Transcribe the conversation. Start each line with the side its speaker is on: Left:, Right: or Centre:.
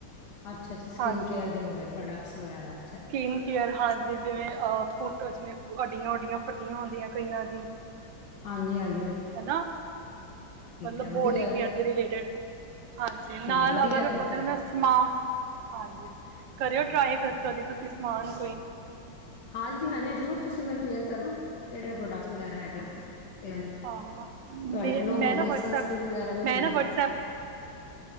Left: ਅੱਛਾ ਅੱਛਾ ਸਕਿਨ
Right: ਹਾਂਜੀ
Left: ਕੇਅਰ ਦੇ ਹੋ ਗਏ ਪ੍ਰੋਡਕਟ ਵ ਗੈਰਾ <unintelligible>
Right: ਸਕਿਨ ਕੇਅਰ ਹਾਂਜੀ ਜਿਵੇਂ ਅ ਫੁੱਟ ਜਿਵੇਂ ਅੱਡੀਆਂ ਓਡੀਆਂ ਫੱਟੀਆਂ ਹੁੰਦੀਆਂ ਕਈਆਂ ਦੀ
Left: ਹਾਂਜੀ ਹਾਂਜੀ
Right: ਹੈਨਾ ਮਤਲਬ
Left: ਹੈ ਵਧੀਆ
Right: ਬੋਡੀ ਕੇਅਰ ਦੇ ਰਿਲੇਟਿਡ ਹਾਂਜੀ
Left: ਚਲੋ
Right: ਨਾਲ
Left: ਵਧੀਆ
Right: ਅਗਰ
Left: ਫਿਰ
Right: ਅਗਰ
Left: ਤਾਂ
Right: ਮੈਂ ਸਮਾਨ ਹਾਂਜੀ ਕਰਿਓ ਟਰਾਈ ਕਰਤਾ ਦੀ ਤੁਸੀਂ ਸਮਾਨ ਕੋਈ
Left: ਹਾਂਜੀ ਹਾਂਜੀ ਜ਼ਰੂਰ ਤੁਸੀਂ ਮੈਨੂੰ ਸ਼ੇਅਰ ਕਰਨਾ ਕਿਹੜੇ ਕਿੜੇ ਪ੍ਰੋਡਕਟ ਵਗੈਰਾ ਹੈਗੇ ਤੇ
Right: ਹਾਂ ਮੈਂ
Left: ਤੁਹਾਡੇ ਕੋਲੋਂ
Right: ਮੈਂ
Left: ਹੋਣੀ
Right: ਨਾ
Left: ਹੈ
Right: ਵਟਸਐਪ
Left: ਸਨਸ੍ਰਰੀਨ ਵਗੈਰਾ ਵੀ
Right: ਮੈਂ
Left: ਹੋਣੀ
Right: ਨਾ ਵਟਸਐਪ
Left: ਹੈ